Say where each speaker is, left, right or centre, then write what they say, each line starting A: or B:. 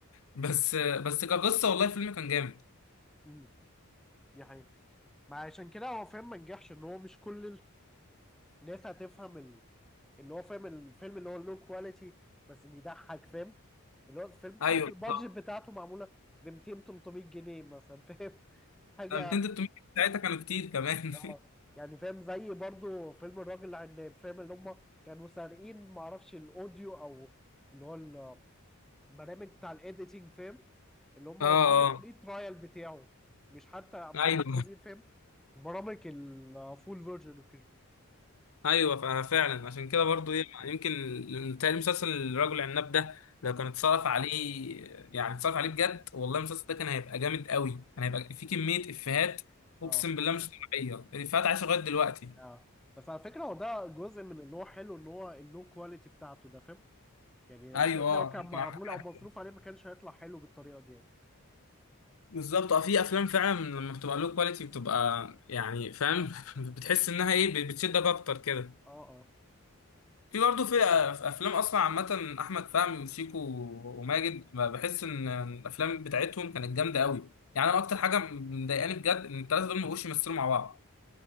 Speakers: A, on the left; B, in the centre.
A: بس بس كقصه والله الفيلم كان جامد
B: أمم، دي حقيقة ما عشان كده هو فاهم ما نجحش ان هو مش كل الناس هتفهم اللي هو فاهم الفيلم اللي هو لو كواليتي بس بيضحك فاهم اللي هو الفيلم تحس
A: ايوه
B: البادجت
A: بالظبط
B: بتاعته معموله ب 200 300 جنيه مثلا فاهم <laughs> حاجه
A: 200 300 ساعتها كانوا كتير كمان
B: اه يعني فاهم زي برضو فيلم الراجل العناب فاهم اللي هم كانوا سارقين معرفش الاوديو او اللي هو البرامج بتاع الايديتنج فاهم اللي هم
A: <laughs>
B: واخدين
A: اه
B: الفري
A: اه
B: ترايل بتاعه مش حتى مستخدمين
A: ايوه <laughs>
B: فاهم برامج الفول فيرجن وكده
A: ايوه ف- فعلا عشان كده برضو ايه يمكن تاني مسلسل الرجل العناب ده لو كان اتصرف عليه يعني اتصرف عليه بجد والله المسلسل ده كان هيبقى جامد قوي كان هيبقى فيه كمية افيهات
B: اه
A: اقسم بالله مش طبيعية الافيهات عايشة لغاية دلوقتي
B: اه بس على فكرة هو ده جزء من ان هو حلو ان هو النو كواليتي بتاعته ده فاهم يعني الأبدان
A: ايوه
B: لو
A: آه،
B: كان
A: ممكن
B: معمول
A: عندك حاجة
B: او مصروف عليه ما كانش هيطلع حلو بالطريقة دي يعني
A: بالظبط اه في افلام فعلا لما بتبقى له كواليتي بتبقى يعني فاهم <laughs> بتحس انها ايه بتشدك اكتر كده
B: اه اه
A: في برضه في في افلام اصلا عامه احمد فهمي وشيكو وماجد ما بحس ان الافلام بتاعتهم كانت جامده قوي يعني انا اكتر حاجه مضايقاني بجد ان الثلاثه دول ما بقوش يمثلوا مع بعض